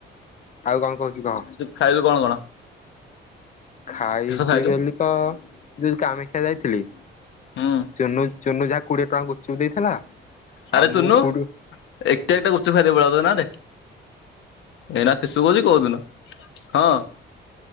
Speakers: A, on the left; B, on the left.
A: ଆଉ କଣ କହୁଛୁ କହ?
B: ଖାଇଲୁ କଣ କଣ?
A: ଖାଇଛି
B: କିସ ଖାଇଲୁ
A: ବୋଲି ତ ଯୋଉ କାମାଖିଆ ଯାଇଥିଲି
B: ହୁଁ
A: ଚୁନୁ ଚୁନୁ ଯାହା କୋଡିଏ ଟଙ୍କା ଗୁପୁଚୁପୁ ଦେଇଥିଲା। ଆଉ
B: ଆରେ ତୁନୁ
A: ମୁଁ କୋଉଠୁ
B: ଏକଟା ଏକଟା ଗୁପୁଚୁପୁ ଖାଇଦେଇ ପଳିଆଉଚ ନାରେ? ଏଇନା କିସୁ କହୁଛି କୋଉଦିନ ହଁ